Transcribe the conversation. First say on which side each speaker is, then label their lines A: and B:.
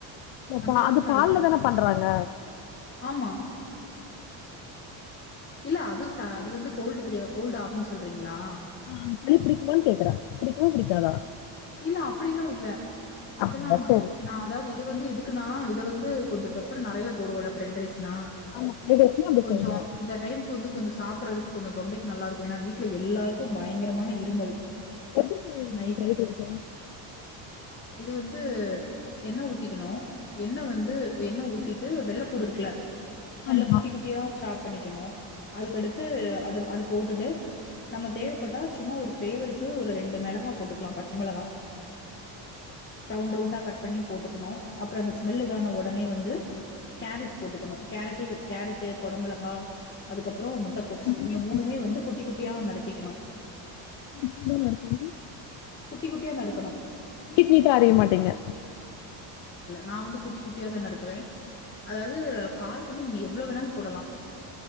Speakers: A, on the left (about 25°); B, on the left (about 65°).
A: அந்த
B: பா
A: அளவுக்குலா
B: அது பால்லதான
A: இருக்காது
B: பண்றாங்க
A: ஆமா இல்ல அது ச அது வந்து கோல்டு பிடிய கோல்டாகுன் சொல்றீங்ளா
B: அ சளி‌ பிடிக்குமான் கேக்குறே பிடிக்குமா பிடிக்காதா
A: இல்ல அப்டிலா இல்ல அதெல்லா
B: அப்டியா சரி
A: நா அதாவ்து இது வந்து எ துக்குன்னா இ து வந்து கொஞ்ச பெப்பர் நெறைய போடுவோல்ல ஃப்ரைட் ரைஸ் னா
B: ஆமா ஃப்ரைட் ரைஸ்னா அப்டி
A: கொஞ்சோ
B: செய்யணு
A: இந்த டைம்கு வந்து கொஞ்ச சாப்புட்றதுக்கு கொஞ்சொ தொண்டைக்கு நல்லாருக்கு ஏனா வீட்ல எல்லாருக்கு பயங்கரமான இருமல்
B: எப்டி செய்வீங்க‌ இந்த
A: நைட்டு.
B: ஃப்ரைட் ரைஸ
A: இது வந்து எண்ண ஊத்திக்கனு எண்ண வந்து எண்ண ஊத் திட்டு வெள்ள பூடு இருக்குல நல்ல
B: ஆமா
A: குட்டி குட்டியா சாப் பண்ணிக்கனு அதுக்கடுத்து அது அத போட்டுட்டு நம்ம தேவைப்பட்டா சும்மா ஒரு ஃபளேவருக்கு ஒரு ரெ ண்டு மெளகா போட்டுக்லா பச்ச மெளகா ரவுண்ட் ரவுண்டா கட் பண்ணி போட்டுக்கனு அப்ற இந்த ஸ்மெல் இதான ஒடனே வந்து கேரட் போட்டுக்கனு கேரட்யு கேரட்டு் கொட மொளகா அதுக்கப்றோ முட்டக்கோஸ்
B: அவளாது நீட்
A: இந்த மூணுமே வந்து குட்டி குட்டியா நறுக்கிக்கனு
B: பிஸ்தா நறுக்குது
A: குட்டி குட்டியா நறுக்கணு
B: கிட்னீட்டா அறிய மாட்டேங்க
A: நான் வந்து குட்டி குட்டியாதா நறுக்குவே அதாவது காய் வந்து நீங்க எவ்ளோ வேணாலு போடலா